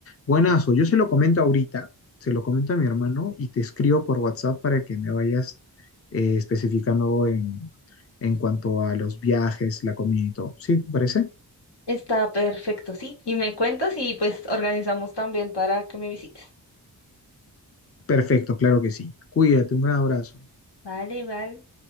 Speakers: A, on the left; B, on the left.
A: Buenazo, yo se lo comento ahorita, se lo comento a mi hermano y te escribo por WhatsApp para que me vayas eh, especificando en, en cuanto a los viajes, la comida y todo. ¿Sí? ¿Te parece?
B: Está perfecto, sí. Y me cuentas y pues organizamos también para que me visites.
A: Perfecto, claro que sí. Cuídate, un gran abrazo.
B: Vale, vale.